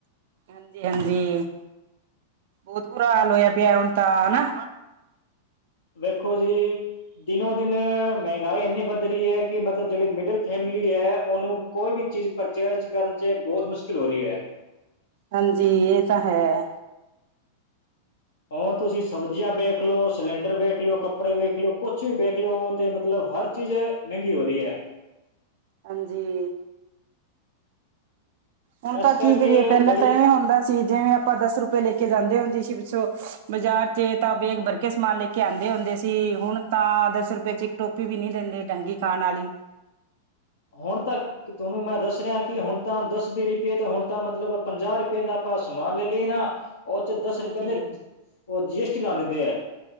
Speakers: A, on the right (about 55°); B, on the left (about 70°).
A: ਹਾਂਜੀ ਹਾਂਜੀ ਬਹੁਤ ਬੁਰਾ ਹਾਲ ਹੋਇਆ ਪਿਆ ਹੁਣ ਤਾਂ ਹਨਾ।
B: ਵੇਖੋ ਜੀ ਦਿਨੋ ਦਿਨ ਮਹਿੰਗਾ। ਰਾਏ ਇੰਨੀ ਵੱਧ ਰਹੀ ਹੈ ਕਿ ਮਤਲਬ ਜਿਹੜੀ ਮਿਡਲ ਫੈਮਿਲੀ ਹੈ ਉਹਨੂੰ ਕੋਈ ਵੀ ਚੀਜ਼ ਪਰਚੇਜ ਕਰਨ। ਬਹੁਤ ਮੁਸ਼ਕਿਲ ਹੋ ਰਹੀ ਹੈ।
A: ਹਾਂਜੀ। ਇਹ ਤਾਂ ਹੈ।
B: ਹੁਣ ਤੁਸੀਂ ਸਬਜ਼ੀਆਂ ਵੇਖ ਲਓ, ਸਿਲੰਡਰ ਵੇਖ ਲਿਓ, ਕੱਪੜੇ ਵੇਖ ਲਿਓ, ਕੁਛ ਵੀ ਵੇਖ ਲਿਓ, ਤੇ ਮਤਲਬ ਹਰ ਚੀਜ਼ ਮਹਿੰਗੀ ਹੋ ਰਹੀ ਹੈ।
A: ਹਾਂਜੀ। ਹੁਣ
B: ਇਸ
A: ਤਾਂ
B: ਕਰਕੇ
A: ਕੀ ਕਰੀਏ ਪਹਿਲਾਂ
B: ਜਿਹੜੀ
A: ਤਾਂ ਐਵੇਂ ਹੁੰਦਾ ਸੀ। ਜਿਵੇਂ ਆਪਾਂ ਦਸ ਰੁਪਏ ਲੈਕੇ ਜਾਂਦੇ ਹੁੰਦੇ ਸੀ। ਪਿੱਛੋਂ ਬਾਜ਼ਾਰ ਚ ਤਾਂ ਬੇਗ ਬਰਕੇ ਸਮਾਨ ਲੈਕੇ ਕਦੇ ਹੁੰਦੇ ਸੀ। ਹੁਣ ਤਾਂ ਦਸ ਰੁਪਏ ਚ ਇੱਕ ਟੋਫੀ ਵੀ ਨਹੀਂ ਦਿੰਦੇ ਢੰਗ ਦੀ ਖਾਣ ਵਾਲੀ।
B: ਹੁਣ ਤੱਕ ਤੁਹਾਨੂੰ ਮੈਂ ਦੱਸ ਰਿਹਾ ਕਿ ਹੁਣ ਤਾਂ ਦਸ- ਵੀਹ ਰੁਪਏ ਤੇ ਹੁਣ ਤਾਂ ਮਤਲਬ ਪੰਜਾਹ ਰੁਪਏ ਦਾ ਆਪਾਂ ਸਮਾਨ ਲੈ ਲਈਏ ਨਾ। ਉਹ ਚ' ਦਸ
A: ਹਾਂਜੀ
B: ਰੁਪਏ ਦੇ ਉਹ ਜੀ ਐਸ ਟੀ ਲਾ ਦਿੰਦੇ ਹੈ।